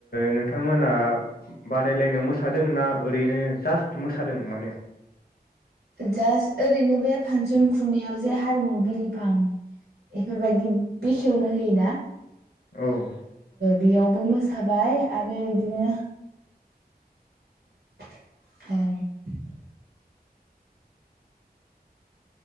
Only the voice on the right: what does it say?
जास्ट ओरैनो बे फांसन खुंनायाव जे हारिमु बिलिफां बेफोरबायदि बेखेवनो होयोना
बेयावबो मोसाबाय आरो बिदिनोनो औ